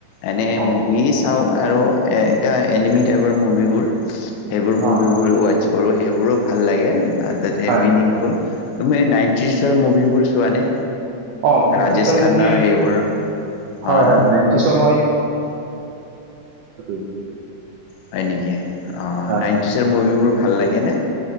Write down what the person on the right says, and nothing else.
অ',
অ
হয়,
হয়।
অ', নাইনটিচৰ
মুভি হয়,
হয় নাইনটিচৰ মই <unintelligible>
হয়,